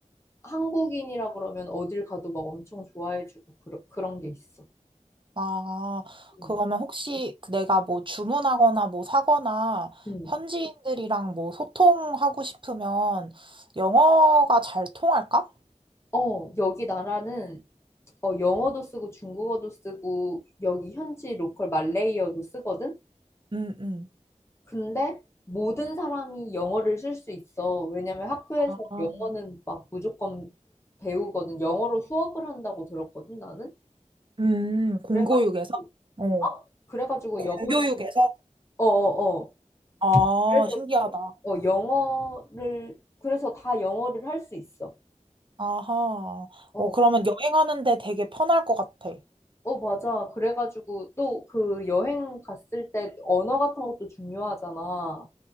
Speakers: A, on the left (about 20°); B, on the right (about 40°).
A: 한국인이라 그러면 어딜 가도 막 엄청 좋아해주고 그런 그런 게 있어.
B: 아, 그러면
A: 음.
B: 혹시 그 내가 뭐 주문하거나 뭐 사거나
A: 음.
B: 현지인들이랑 뭐 소통하고 싶으면 영어가 잘 통할까?
A: 어, 여기 나라는 어, 영어도 쓰고 중국어도 쓰고 여기 현지 로컬 말레이어도 쓰거든?
B: 음, 음.
A: 근데 모든 사람이 영어를 쓸 수 있어. 왜냐면 학교에서
B: 아,
A: 영어는 막 무조건 배우거든. 영어로 수업을 한다고 들었거든, 나는.
B: 음, 공교육에서?
A: 그래가지고,
B: 어.
A: 어? 그래가지고
B: 공교육에서?
A: 영어는, 어어어.
B: 아,
A: 그래서,
B: 신기하다.
A: 어, 영어를, 그래서 다 영어를 할 수 있어.
B: 아하.
A: 어.
B: 어, 그러면 여행하는데 되게 편할 것 같아.
A: 어, 맞아. 그래가지고 또 그 여행 갔을 때 언어 같은 것도 중요하잖아.